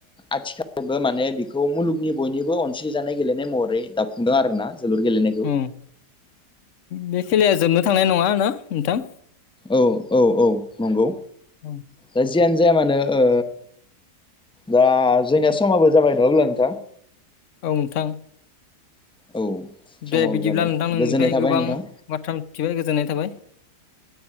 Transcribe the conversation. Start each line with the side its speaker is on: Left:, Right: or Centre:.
Centre: आथिखा बो माने बेखौ मुलुगनि बयनिबो अनसेजानाय गेलेनाय महरै दाफुंदों आरोना जोलुर गेलेनाय
Left: उम बे खेलाया जोबनो थांनाय नङा ना नोंथां?
Centre: औ औ औ नंगौ।
Left: <inaudible>
Centre: दा जियानो जाया मानो ओ दा जोंनिया समाबो जाबाय नङा ब्ला नोंथां?
Left: औ नोंथां।
Centre: औ। समाबो
Left: दे बिदिब्ला
Centre: जाबाय
Left: नोंथां नोंनिफाय
Centre: गोजोननाय थाबाय
Left: गोबां
Centre: नोंथां
Left: बाथ्रा मिथिबाय गोजोननाय थाबाय।